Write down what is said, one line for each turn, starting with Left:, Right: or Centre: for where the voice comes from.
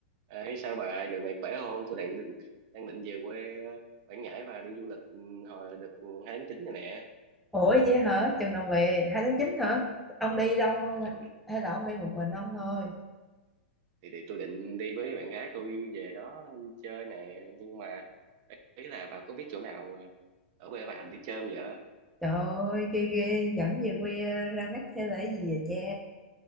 Right: Ê, sao bà giờ này khỏe không? Tôi đang định đang định về quê ờ, Quảng Ngãi và đi du lịch ừ, hồi đợt 2 tháng 9 này nè.
Centre: Ủa vậy hả? Chừng nào về? 2 tháng 9 hả? Ông đi đâu không?
Right: Ừ,
Centre: Hay là ông đi một mình ông thôi?
Right: thì, thì tôi định đi với bạn gái tôi về đó chơi nè nhưng mà ý là bà có biết chỗ nào ờ, ở quê bà đi chơi không vậy?
Centre: Trời ơi, ghê ghê, dẫn về quê ờ, ra mắt hay là cái gì vậy cha?